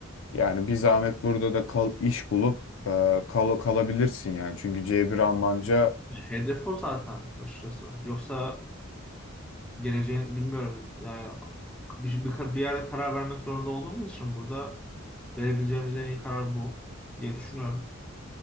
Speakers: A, on the left; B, in the centre.
A: Yani bir zahmet burada da kal, iş bulup e, kal, kalabilirsin yani. Çünkü C1 Almanca
B: Hedef o zaten açıkçası. Yoksa geleceğin bilmiyorum yani bir, bir, bir yerde karar vermek zorunda olduğumuz için burada verebileceğimiz en iyi karar bu diye düşünüyorum.